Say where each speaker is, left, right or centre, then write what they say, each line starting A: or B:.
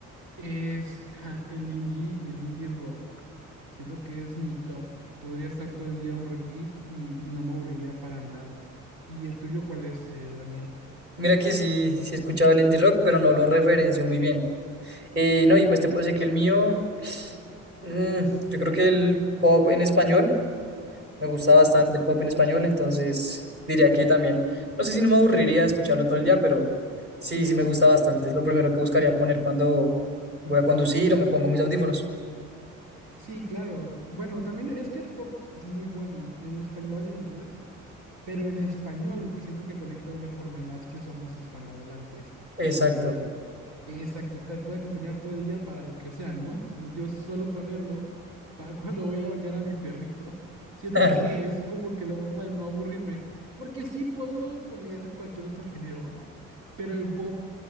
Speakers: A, on the right; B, on the right.
A: es ja, el indie, el indie rock. Siento que es mi top. Podría estar todo el día on repeat y, y no me aburriría para nada. ¿Y el tuyo cuál es, eh, Daniel?
B: Mira que sí, sí he escuchado el indie rock, pero no lo referencio muy bien. Eh, no, y pues te puedo decir que el mío, mm, yo creo que el pop en español, me gusta bastante el pop en español, entonces diría que también, no sé si no me aburriría de escucharlo todo el día, pero sí, sí me gusta bastante. Es lo primero que buscaría poner cuando voy a conducir o me pongo mis audífonos.
A: Sí, claro. Bueno, también es que el pop es muy bueno en español, en inglés, pero en español siento que conecta de una forma y más que somos hispanohablantes.
B: Exacto.
A: eh, exacto, te puede acompañar todo el día para lo que sea, ¿no? Pues Yo suelo ponerlo para <laughs> cuando voy a bañar a mi perrito. Siento
B: <laughs>
A: que es como que la forma de no aburrirme, porque sí puedo poner cualquier otro género, pero el pop,